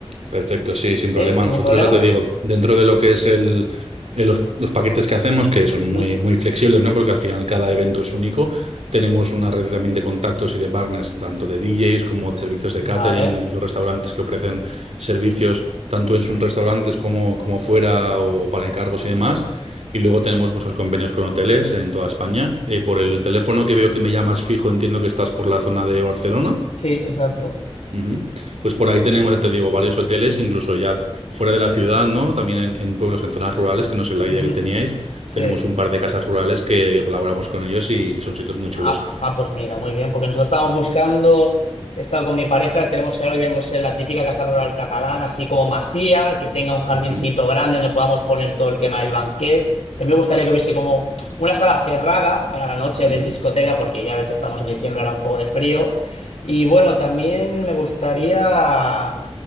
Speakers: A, on the right; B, on the left.
A: Perfecto, sí, sin problema.
B: Sí, ningún
A: Nosotros
B: problema.
A: ya te digo, dentro de lo que es el, el- los, los paquetes que hacemos, que son
B: Ujú.
A: muy, muy flexibles, ¿no? Porque al final cada evento es único, tenemos una red también de contactos y de partners, tanto de DJs como de servicios de catering,
B: Vale.
A: incluso restaurantes que ofrecen servicios tanto en sus restaurantes como, como fuera o para encargos y demás. Y luego tenemos muchos convenios con hoteles en toda España. Eh, por el teléfono que veo que me llamas fijo, entiendo que estás por la zona de Barcelona.
B: Sí, exacto.
A: Ujú. Pues por ahí tenemos, ya te digo, varios hoteles, incluso ya fuera de la ciudad, ¿no? También en, en pueblos, en zonas rurales, que no sé la
B: Ujú,
A: idea que teníais.
B: Sí.
A: Tenemos un par de casas rurales que, que colaboramos con ellos y, y son sitios muy chulos.
B: Ah, ah, pues mira, muy bien, porque nosotros estábamos buscando, he estado con mi pareja, tenemos claro que queremos ser la típica casa rural catalana, así como masía, que tenga un jardincito
A: Ujú,
B: grande donde podamos poner todo el tema del banquet. También me gustaría que hubiese como una sala cerrada para la noche
A: ujú,
B: de discoteca, porque ya ves que estamos en diciembre, hará un poco de frío. Y bueno, también me gustaría...